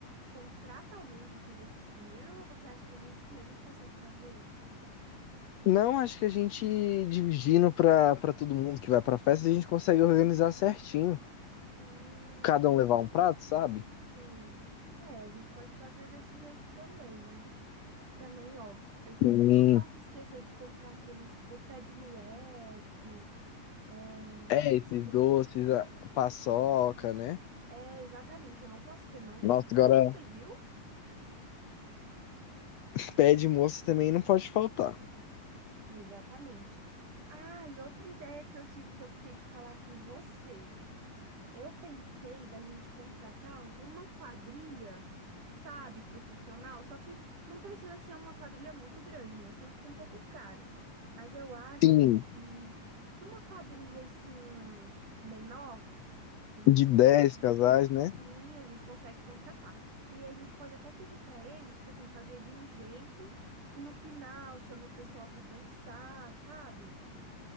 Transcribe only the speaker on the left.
Não, acho que a gente dividindo pra, pra todo mundo que vai pra festa, a gente consegue organizar certinho.
Cada um levar um prato, sabe?
Sim.
É,
esses
doces, a paçoca, né?
Nossa,
agora
pé de moça também não pode faltar.
Sim,
de 10
casais, né?